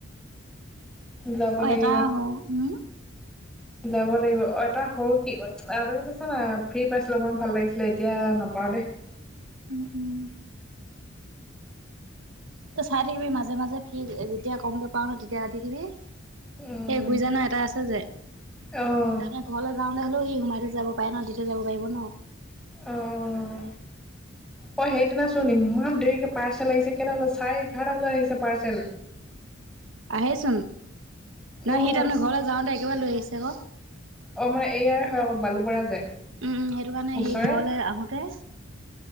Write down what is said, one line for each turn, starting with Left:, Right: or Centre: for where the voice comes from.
Centre: যাব
Right: অ',
Centre: লাগিব
Right: এটা আহো উম।
Centre: যাব লাগিব, অ', এটা সৰু কিছে না ফ্ৰী পাইছিলো মন ভাল লাগিছিলে এতিয়া নাপাওঁ দেই।
Right: উম উম ত চাই থাকিবি মাজে মাজে ফ্ৰী যেতিয়া কমকে পাওঁ ন তেতিয়া দি দিবি।
Centre: উম
Right: সেই গুৰিজানা এটা আছে যে,
Centre: অঁ
Right: তাৰমানে ঘৰলৈ যাওঁতে হ'লেও সি সোমাই থৈ যাব। উপায় ন দি থৈ যাব পাৰিব ন।
Centre: উম, উম, অ', সেইদিনা চোন ইমান দেৰিকে পাৰ্চেল আহিছে কেইটা বজাত চাৰে এঘাৰটা বজাত আহিছে পাৰ্চেল।
Right: আহেচোন নহ
Centre: অঁ
Right: সি তাৰমানে ঘৰলৈ যাওঁতে একেবাৰে লৈ আহিছে আকৌ।
Centre: অ', মানে এইয়াই হয় আকৌ বালু পৰাৰ যে।
Right: উম, সেইটো কাৰণে
Centre: ওচৰে
Right: সেই ঘৰলে আহোতে